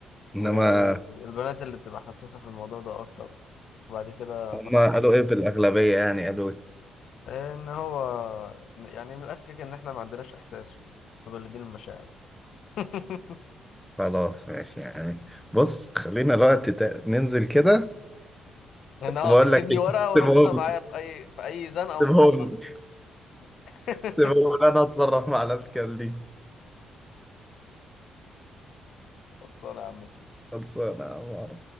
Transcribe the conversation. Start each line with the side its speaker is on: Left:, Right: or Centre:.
Centre: انما
Left: والبنات اللي بتبقى حساسة في الموضوع ده اكتر وبعد كده
Centre: هم
Left: فرح
Centre: قالوا ايه بالأغلبية يعني قالوا إيه؟
Left: ان هو يعني من الاخر كده ان احنا ما عندناش احساس متبلدين المشاعر <laughs>
Centre: خلاص ماشي يعني بص خلينا الوقت تا- ننزل كده
Left: ان اه
Centre: بقول
Left: تكتب
Centre: لك
Left: لي
Centre: إيه،
Left: ورقة
Centre: <laughs> سيبهم
Left: وناخدها معايا في اي في اي زنقة ونطلعها
Centre: سيبهم
Left: <laughs>
Centre: سيبهم انا اتصرف مع الاشكال دي
Left: خلصانة يا عم الزوز
Centre: خلصانه يا عمار.